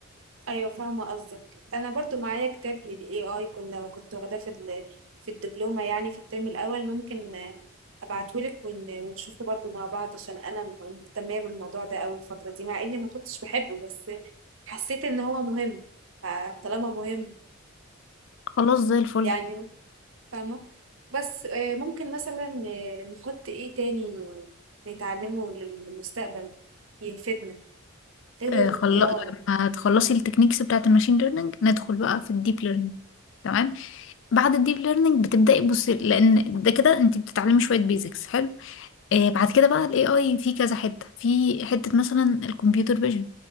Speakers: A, on the right; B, on the left.
A: أيوة فاهمة قصدك أنا برضو معايا كتاب لل AI كنا كنت واخداه في ال... في الدبلومة يعني في الترم الأول ممكن أبعتهولك ون... ونشوفه برضو مع بعض عشان أنا مهتمة بالموضوع ده أوي الفترة دي مع إني ما كنتش بحبه بس حسيت إن هو مهم فطالما مهم
B: خلاص زي الفل
A: يعني فاهمة بس آه، ممكن مثلا آه، نحط إيه تاني نتعلمه للمستقبل يفيدنا غير
B: آه خل...
A: ال AI
B: لما تخلصي التكنيكس بتاعة الماشين ليرنينج ندخل بقى في الديب ليرنينج تمام بعد الديب ليرنينج بتبدأي بصي لأن ده كده انت بتتعلمي شوية بيزكس حلو آه، بعد كده بقى الاي اي في كذا حته في حته مثلا الكمبيوتر فيجن